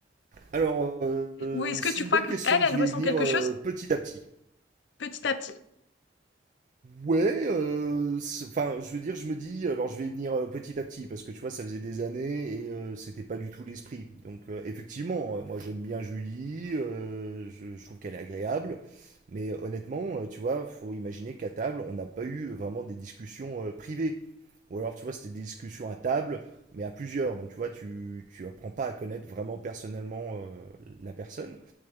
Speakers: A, on the right (about 45°); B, on the left (about 65°).
A: Alors, euh,
B: ou est-ce
A: c'est
B: que tu
A: une
B: crois
A: bonne
B: qu'elle,
A: question.
B: elle
A: Je
B: elle
A: vais
B: ressent
A: y venir
B: quelque
A: euh,
B: chose
A: petit à petit.
B: petit à petit?
A: Ouais, euh, c'est- enfin, je veux dire, je me dis, alors je vais y venir euh, petit à petit, parce que tu vois, ça faisait des années et euh, c'était pas du tout l'esprit. Donc, euh, effectivement, euh, moi j'aime bien Julie, euh, je, je trouve qu'elle est agréable, mais euh, honnêtement, euh, tu vois, faut imaginer qu'à table, on n'a pas eu vraiment des discussions euh, privées. Ou alors, tu vois, c'était des discussions à table, mais à plusieurs. Donc, tu vois, tu, tu apprends pas à connaître vraiment personnellement euh, la personne,